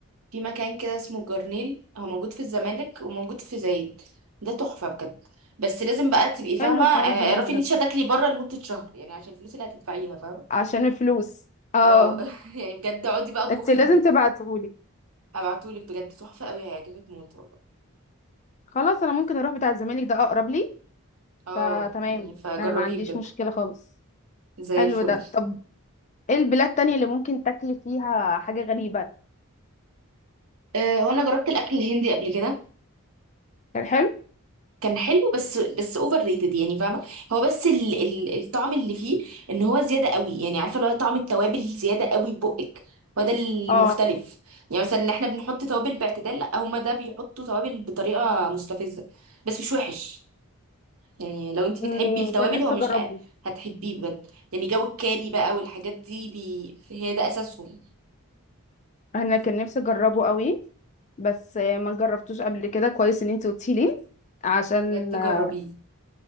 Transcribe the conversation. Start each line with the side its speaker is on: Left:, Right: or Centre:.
Right: في مكان كده اسمه جرنيل هو موجود في الزمالك وموجود في زايد ده تحفة بجد بس لازم بقى تبقي فاهمة
Left: حلو
Right: آه،
Left: حوار الزمالك
Right: اعرفي ان
Left: ده
Right: انت هتاكلي بره لمدة شهر يعني عشان الفلوس اللي هتدفعيها فاهمة
Left: عشان الفلوس اه
Right: اه <laughs> يعني بجد اقعدي بقى اطبخي
Left: انت لازم
Right: في البيت
Left: تبعتهولي
Right: هبعتهولك بجد تحفة قوي هيعجبك موت والله
Left: خلاص انا ممكن اروح بتاع الزمالك ده اقرب لي
Right: اه
Left: فتمام
Right: يعني فجربيه
Left: انا ما عنديش
Right: بجد
Left: مشكله خالص
Right: زي
Left: حلو
Right: الفل
Left: ده طب ايه البلاد التانية اللي ممكن تاكلي فيها حاجة غريبة
Right: آه، هو انا جربت الاكل الهندي قبل كده
Left: كان حلو
Right: كان حلو بس بس اوفر ريتد يعني فاهمه هو بس ال ال الطعم اللي فيه ان هو زياده قوي يعني عارفه اللي هو طعم التوابل زياده قوي في بقك هو ده المختلف
Left: اه
Right: يعني مثلا ان احنا بنحط توابل باعتدال لا هما ده بيحطوا توابل بطريقه مستفزه بس مش وحش يعني لو انت بتحبي
Left: أمم،
Right: التوابل
Left: كان نفسي
Right: هو مش
Left: اجربه
Right: آه، هتحبيه بجد يعني جو الكاري بقى والحاجات دي بي هي ده اساسهم
Left: انا كان نفسي اجربه قوي بس آه، ما جربتوش قبل كده كويس ان انت قلتي لي عشان
Right: بجد
Left: آه،
Right: جربيه